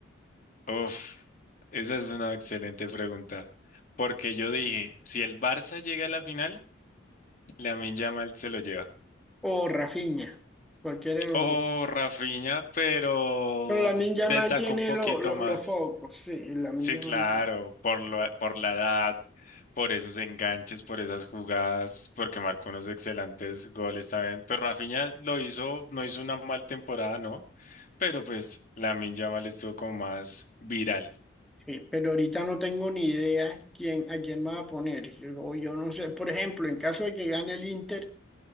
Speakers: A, on the left; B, in the centre.
A: Uf, esa es una excelente pregunta, porque yo dije, si el Barça llega a la final, Lamine Yamal se lo lleva.
B: o Rafinha, cualquiera de los
A: Oh,
B: dos.
A: Rafinha, pero
B: Pero Lamine Yamal
A: destacó
B: tiene
A: un poquito
B: lo- lo-
A: más.
B: los focos, sí, Lamine
A: Sí,
B: Yamal
A: claro,
B: tiene.
A: por lo- por la edad, por esos enganches, por esas jugadas, porque marcó unos excelentes goles también. Pues Rafinha lo hizo, no hizo una mal temporada, ¿no? Pero pues Lamine Yamal estuvo como más viral.
B: Eh, pero ahorita no tengo ni idea quién, a quién van a poner. Yo, yo no sé. Por ejemplo, en caso de que gane el Inter,